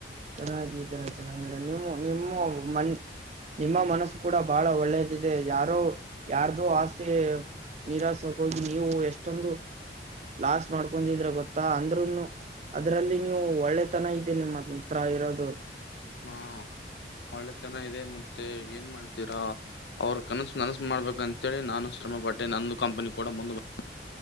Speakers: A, on the right; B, on the left.
A: ಚೆನ್ನಾಗ ಚೆನ್ನ ನಿಮ್ಮ ನಿಮ್ಮ ಮಂ ನಿಮ್ಮ ಮನಸ್ಸು ಕೂಡ ಬಹಳ ಒಳ್ಳೇದಿದೆ ಯಾರೋ ಯಾರ್ದು ಆಸೆ. ನಿರಾಸಗ ಹೋಗಿ ನೀವು ಎಷ್ಟೊಂದು. ಲಾಸ್ ಮಾಡ್ಕೊಂಡಿದೀರ ಗೊತ್ತಾ ಅಂದ್ರುನು ಅದ್ರಲ್ಲಿ ನೀವು ಒಳ್ಳೆತನ ಇದೆ ನಿಮ್ಮತ್ ಹತ್ರ ಇರೋದು.
B: ಹಾ ಒಳ್ಳೆತನ ಇದೆ ಮತ್ತೆ ಏನ್ ಮಾಡ್ತೀರಾ ಅವ್ರ ಕನಸು ನನಸು ಮಾಡ್ಬೇಕ ಅಂತೇಳಿ ನಾನು ಶ್ರಮ ಪ <unintelligible> ಟ್ಟೆ ನಂದು ಕಂಪನಿ ಕೂಡ ಮುಂದೆ ಬು <unintelligible>